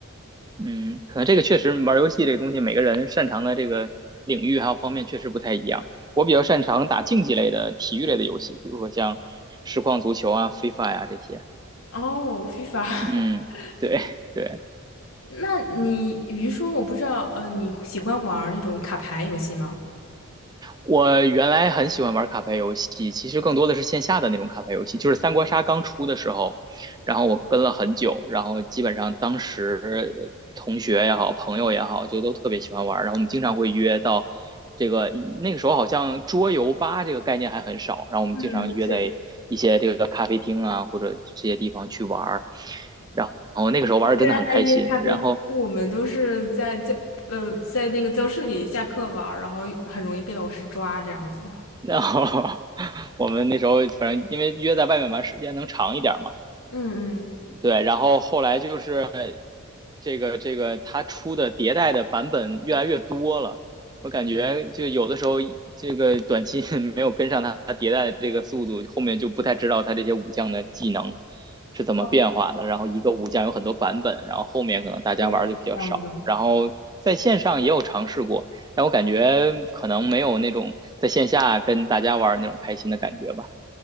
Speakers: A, on the right; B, on the left.
A: 嗯，可能这个确实玩游戏这个东西，每个人擅长的这个领域还有方面确实不太一样。我比较擅长打竞技类的体育类的游戏，比如说像实况足球啊、FIFA 呀、啊这些。
B: 哦，FIFA，<laughs>
A: 嗯，对对，
B: 那你比如说，我不知道，呃，你喜欢玩儿那种卡牌游戏吗？
A: 我原来很喜欢玩卡牌游戏，其实更多的是线下的那种卡牌游戏，就是三国杀刚出的时候，然后我跟了很久，然后基本上当时呃同学也好，朋友也好，就都特别喜欢玩，然后我们经常会约到这个那个时候好像桌游吧这个概念还很少，然后我们经常约在一些这个咖啡厅啊或者这些地方去玩，
B: 嗯，是，
A: 然后那个时候玩的真的很开心，
B: 虽然还约咖啡厅，
A: 然后
B: 我们都是在教呃在那个教室里下课玩儿然后很容易被老师抓这样子。
A: 然后 <laughs> 我们那时候反正因为约在外面玩时间能长一点嘛。
B: 嗯嗯，
A: 对，然后后来就是这个这个它出的迭代的版本越来越多了，我感觉就有的时候这个短期 <laughs> 没有跟上它迭代的这个速度，后面就不太知道它这些武将的技能是怎么变化的。
B: 哦，
A: 然后一个武将有很多版本，然后后面可能大家玩儿就比较少。
B: 对，这样子。
A: 然后在线上也有尝试过，但我感觉可能没有那种在线下跟大家玩儿那种开心的感觉吧。